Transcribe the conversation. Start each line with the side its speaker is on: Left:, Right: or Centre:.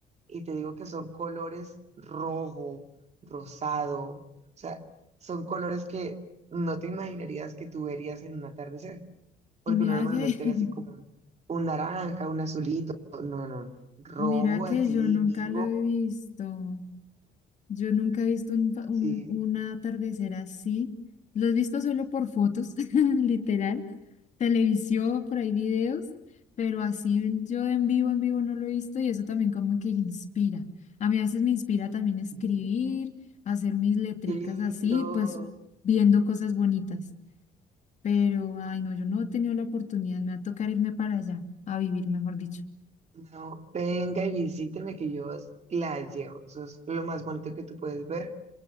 Right: Y te digo que son colores rojo, rosado, o sea, son colores que no te imaginarías que tú verías en un atardecer, porque
Left: Y mira
Right: uno normalmente
Left: que, <laughs>
Right: ve así como un, un naranja, un azulito, no, no, no, rojo
Left: mira que
Right: así
Left: yo nunca
Right: vivo,
Left: lo he visto. Yo nunca he visto un, pa- un,
Right: sí,
Left: un atardecer así. Lo he visto solo por fotos, <laughs> literal televisión, por ahí videos, pero así en- yo en vivo, en vivo no lo he visto y eso también como que inspira. A mí a veces me inspira también escribir,
Right: sí,
Left: hacer mis letricas
Right: qué lindo.
Left: así, pues viendo cosas bonitas. Pero, ay, no, yo no he tenido la oportunidad, me va a tocar irme para allá, a vivir, mejor dicho.
Right: No, venga y visíteme que yo os la llevo. Eso es lo más bonito que tú puedes ver.